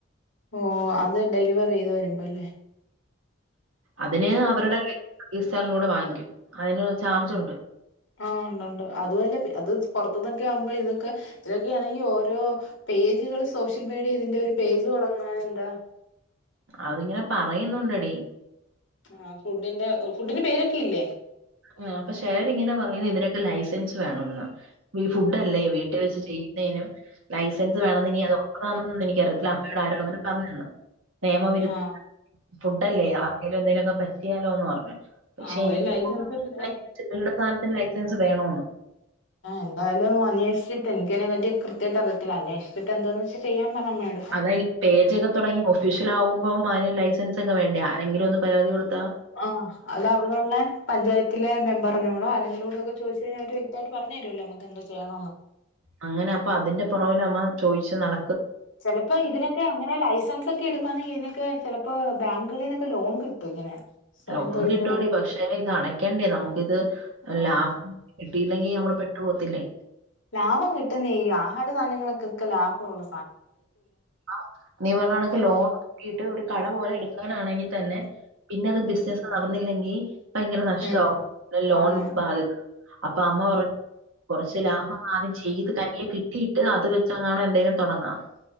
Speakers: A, on the left; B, on the right.
A: ഓഹ് അത് ഡെലിവറിയ്ത് വരുമ്പോല്ലേ
B: അതിന് അവരുടെ സർവീസ് ചാർജൂടെ വാങ്ങിക്കും അതിന് ചാർജുണ്ട്
A: ഉം ആഹ് ഉണ്ടൊണ്ട് അതുല്ല അത് പുറത്തന്നൊക്കെ ആവുമ്പോ ഇതൊക്കെ ഇതൊക്കെയാണെങ്കി ഓരോ പേജുകൾ സോഷ്യൽ മീഡിയേൽ ഇതിന്റെ ഒരു പേജ് തുടങ്ങാഞ്ഞെന്താ
B: അതിങ്ങനെ പറയുന്നുണ്ടെടീ
A: ആ ഫുഡിന്റെ ഫുഡിന് പേരൊക്കെയില്ലേ
B: ആഹ് അപ്പൊ ചെലരിങ്ങനെ പറയുന്നു ഇതിനൊക്കെ ലൈസൻസ് വേണംന്ന് ഫുഡ് അല്ലേ വീ ട്ട് വെച്ച് ചെയ്യുന്നേനും ലൈസൻസ് വേണംന്ന് ഇനി അത് ഉണ്ടതാണൊന്നന്ന് എനിക്കറിയത്തില്ല അമ്മയോട് ആരോ അങ്ങനെ പറഞ്ഞെന്ന് നിയമവിരു
A: ആഹ്
B: ഫുഡല്ലേ ആർക്കെലും എന്തെങ്കിലൊക്കെ പറ്റിയാലോന്നറഞ്ഞു പക്ഷെ
A: ആഹ് ഒരു
B: എനിക്ക്
A: ലൈസൻസ്
B: തോന്നന്ന്
A: കിട്ടാൻ
B: <inaudible> ചെറുകിട സ്ഥാനത്തിന് ലൈസൻസ് വേണോന്ന്
A: എന്തായാലും അന്വേഷിച്ചിട്ട് എനിക്കതിനെ പറ്റിയിട്ട് കൃത്യായിട്ട് അറിയത്തില്ല അന്വേഷിച്ചിട്ട് എന്താന്ന് വെച്ചാ ചെയ്യാൻ പറമ്മയോട്
B: അതായിനി പേജൊക്കെ തുടങ്ങി ഓഫീഷ്യൽ ആകുമ്പം അതിന് ലൈസൻസ് ഒക്കെ വേണ്ടേ ആരെങ്കിലും ഒന്ന് പരാതി കൊടുത്താ
A: ആഹ് അത ഇവിടെള്ള പഞ്ചായത്തിലെ മെമ്പറിനോടോ ആരെങ്കിലോടൊക്കെ ചോദിച്ചെഴിഞ്ഞാൽ അവര് വ്യക്തവായിട്ട് പറഞ്ഞു തരൊല്ലോ നമ്മക്ക് എന്തൊ ചെയ്യണോന്ന്
B: അങ്ങനെ അപ്പൊ അതിന്റെ പുറവൽ അമ്മ ചോയിച്ച് നട
A: ചെലപ്പോ ഇതിനൊക്കെ ഇങ്ങനെ ലൈസൻസ് ഒക്കെ എടുക്കുവാണെങ്കി ഇതിനൊക്കെ ചെലപ്പോ ബാങ്കുകളിന്നൊക്കെ ലോൺ കിട്ടും ഇങ്ങനെ സ്വയം
B: ലോൺ
A: തൊഴിലിന്
B: കിട്ടൂടി.
A: വേണ്ടിയിട്ട്
B: പക്ഷെ ഇത് അടയ്ക്കേണ്ടേ നമുക്കിത്
A: ആഹ്
B: ലാഭം കിട്ടിയില്ലെങ്കി നമ്മൾ പെട്ടു പോകത്തില്ലേ
A: ലാഭം കിട്ടുന്നേ ഈ ആഹാര സാധനങ്ങൾക്കൊക്കെ ലാഭവൊള്ള
B: ആഹ് നീ പറഞ്ഞ കണക്ക് ലോൺ കിട്ടിട്ട് ഒരു കട പോലെ എടുക്കാനാണെങ്കി തന്നെ പിന്നെ അത് ബിസിനസ് നടന്നില്ലെങ്കി ഭയങ്കര നഷ്ടാവും
A: ഉം
B: പിന്നെ ലോൺ
A: ആന്ന് ആന്ന്
B: ബാധ്യത അപ്പൊ അമ്മ പറഞ്ഞു കൊറച്ച് ലാഭം ആദ്യം ചെയ്ത് കയ്യേൽ കി ട്ടിയിട്ട് അത് വെച്ചെങ്ങാണോ എന്തെലും തൊടങ്ങാമെന്ന്